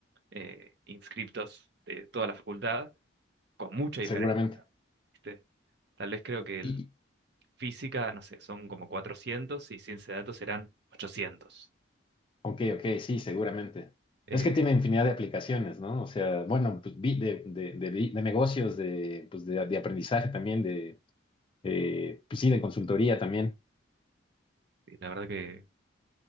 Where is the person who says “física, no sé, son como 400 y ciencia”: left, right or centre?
Right